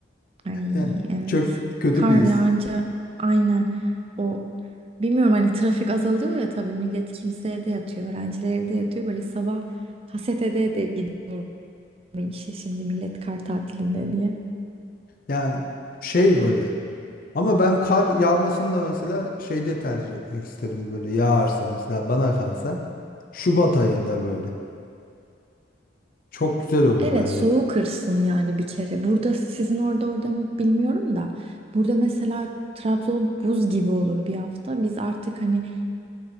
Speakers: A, on the right; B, on the left.
A: Ay
B: Yani
A: evet.
B: Çok kötü
A: Kar
B: bir
A: yağınca
B: his.
A: aynen o bilmiyorum hani trafik azalıyor ya tabii millet kimse evde yatıyor. Öğrenciler evde yatıyor. Böyle sabah haset ede ede gidiyorum işte şimdi millet kar tatilinde diye.
B: Yani şey böyle. Ama ben kar yağmasını da mesela şeyde tercih etmek isterim böyle yağarsa mesela bana kalsa. Şubat ayında böyle. Çok güzel olur
A: Evet
B: bence.
A: soğuk kırsın yani bir kere. Burada sizin orada orada mı bilmiyorum da. Burada mesela Trabzon buz gibi olur bir hafta. Biz artık hani